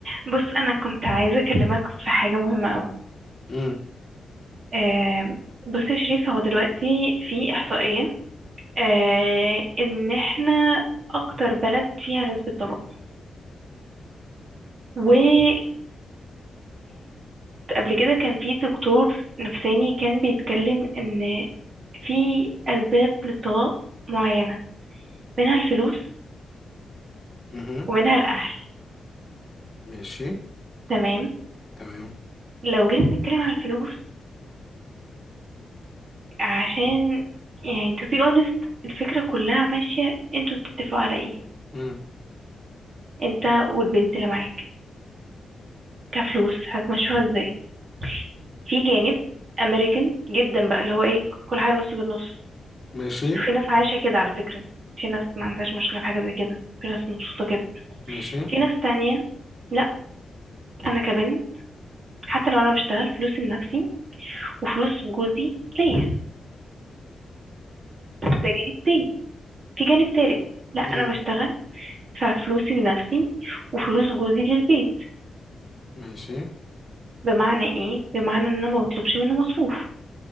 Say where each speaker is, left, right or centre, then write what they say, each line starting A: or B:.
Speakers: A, on the right; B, on the left.
A: بص انا كنت عايزه اكلمك في حاجه مهمه قوي
B: امم
A: آه بص يا شريف هو دلوقتي في احصائيه آه ان احنا اكتر بلد فيها نسبه طلاق وكانت قبل كده كان في دكتور نفساني كان بيتكلم ان في اسباب للطلاق معينه منها الفلوس
B: امم
A: ومنها الاهل
B: ماشي
A: تمام
B: تمام
A: لو جينا نتكلم على الفلوس عشان يعني to be honest الفكره كلها ماشيه انتوا بتتفقوا على ايه
B: امم
A: انت والبنت اللي معاك كفلوس هتمشوها ازاي في جانب امريكان جدا بقى اللي هو ايه كل حاجه نص بالنص
B: ماشي
A: في ناس عايشه كده على فكره في ناس ما عندهاش مشكله في حاجه زي كده في ناس مبسوطه كده
B: ماشي
A: في ناس تانية لا انا كبنت حتى لو انا بشتغل فلوسي لنفسي وفلوس جوزي ليا ده جانب تاني في جانب تالت لا
B: امم
A: انا بشتغل ففلوسي لنفسي وفلوس جوزي للبيت
B: ماشي
A: بمعنى ايه بمعنى ان انا ما بطلبش منه مصروف